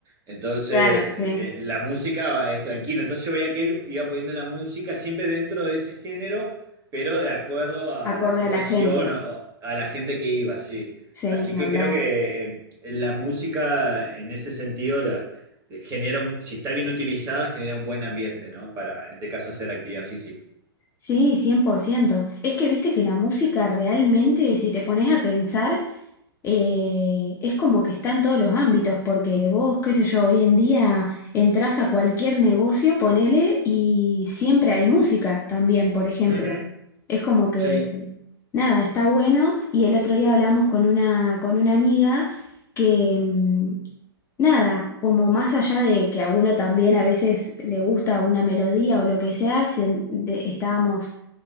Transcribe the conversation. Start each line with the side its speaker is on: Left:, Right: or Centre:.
Right: entonces,
Left: Claro, sí,
Right: eh, la música es tranquila. Entonces yo veía que él iba poniendo la música siempre dentro de ese género, pero de acuerdo a
Left: acorde
Right: la situación,
Left: a la gente.
Right: a, a la gente que iba, sí.
Left: Sí,
Right: Así
Left: ni
Right: que
Left: hablar.
Right: creo que eh, la música en ese sentido la, eh, genera un- si está bien utilizada, genera un buen ambiente, ¿no? Para, en este caso, hacer actividad física.
Left: Sí, cien por ciento Es que viste que la música realmente, si te pones a pensar, eh, es como que está en todos los ámbitos, porque vos, qué sé yo, hoy en día entras a cualquier negocio, ponele, y siempre hay música también, por ejemplo.
Right: Ujú.
Left: Es como que,
Right: Sí.
Left: nada, está bueno. Y el otro día hablamos con una, con una amiga que, mm, nada, como más allá de que a uno también a veces le gusta una melodía o lo que sea, se- de- estábamos